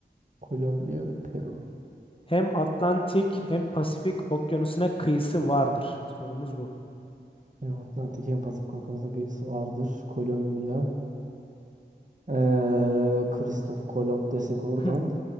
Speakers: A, on the right (about 45°); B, on the left (about 30°).
A: Kolombiya ve Peru.
B: Hem Atlantik hem Pasifik okyanusuna kıyısı vardır. Sorumuz bu.
A: Hem Atlantik hem Pasifik Okyanusu'na geçisi vardır. Kolombiya. Ee, Kristof Kolomb desek oradan.
B: <laughs>